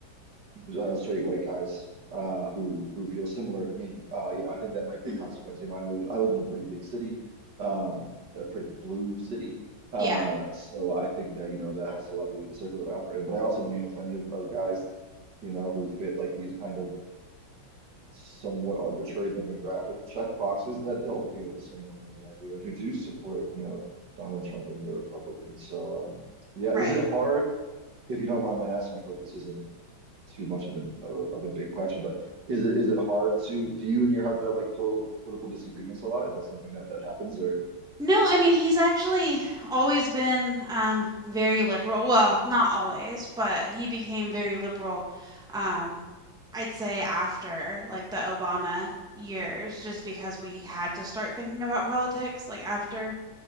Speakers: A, on the right; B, in the centre.
A: uh, straight white guys uh who who feel similar to me. Uh you know, I think that might be
B: Mhm.
A: a consequence. You know, I live in I live in a pretty big city, um a pretty blue city. Uh
B: Yeah.
A: so I think that, you know, that has a lot to do with the circle that I operate in. But I also know, you know, plenty of, of guys you know, who fit like these kind of somewhat arbitrary demographic checkboxes that don't feel the same way as I do and who do support, you know, Donald Trump and the Republicans. So, um, yeah,
B: right
A: is it hard? If you don't mind my asking, I hope this isn't too much of an of a, of a big question, but is it is it hard to do you and your husband have like total political disagreements a lot? Is that something that that happens or
B: No, I mean he's actually always been um, very liberal. Well, not always, but he became very liberal. Um, I'd say after like the Obama years, just because we had to start thinking about politics. Like after